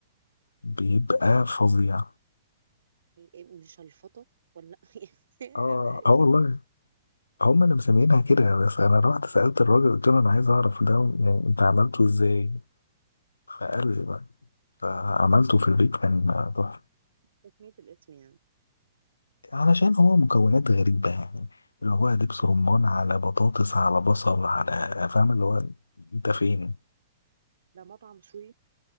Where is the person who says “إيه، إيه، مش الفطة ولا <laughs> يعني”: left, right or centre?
Right